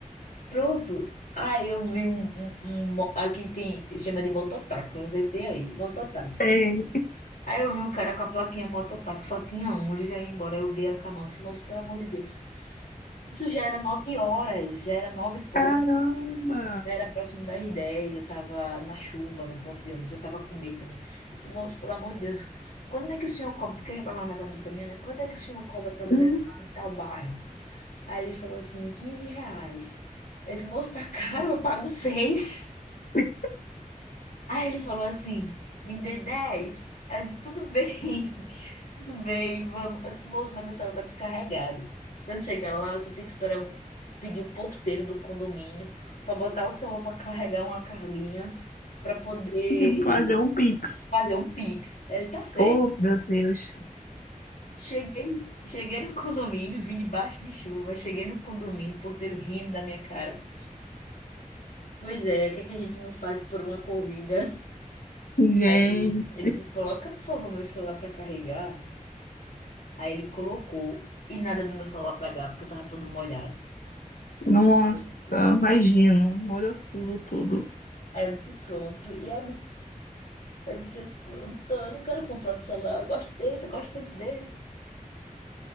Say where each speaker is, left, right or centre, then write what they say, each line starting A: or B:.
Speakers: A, on the left; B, on the left.
A: pronto. Aí eu vi um, um- um mo- Aqui tem. Chama de mototáxi, não sei se tem aí. Mototáxi.
B: Tem.
A: Aí eu vi o cara com a plaquinha mototáxi, só tinha um, ele já ia embora. Eu dei a camada, disse, moço, pelo amor de Deus. Isso já era nove horas, já era nove e pouco,
B: Caramba.
A: já era próximo das dez. Eu tava na chuva, no ponto de ônibus, eu tava com medo também. Eu disse, moço, pelo amor de Deus, quando é que o senhor cobra? Porque eu já tava na metade do caminho, né? Quando é que o senhor cobra pra me
B: Hum,
A: levar em tal bairro? Aí ele falou assim, 15 reais. Esse moço tá caro, eu pago seis.
B: <laughs> tem
A: Aí ele falou assim, me dê 10. Eu disse, tudo bem, <laughs> tudo bem, vamos. Eu disse, moço, mas meu celular tá descarregado. Quando chegar lá, você tem que esperar pedir o porteiro do condomínio para botar o celular para carregar uma carguinha para poder
B: que fazer um Pix.
A: fazer um Pix. Ele tá certo.
B: Oh, meu Deus.
A: Cheguei, cheguei no condomínio, vim debaixo de chuva, cheguei no condomínio, porteiro rindo da minha cara. Pois é, o que é que a gente não faz por uma corrida? <laughs>
B: Gente.
A: E ele disse, coloca, por favor, meu celular pra carregar. Aí ele colocou e nada do meu celular pegar, porque eu tava todo molhado. Eu
B: Nossa,
A: disse, pronto.
B: imagino, molhou tudo, tudo.
A: Aí eu disse, pronto. E agora? Eu disse, eu não tô, eu não quero comprar outro celular, eu gosto desse, eu gosto tanto desse.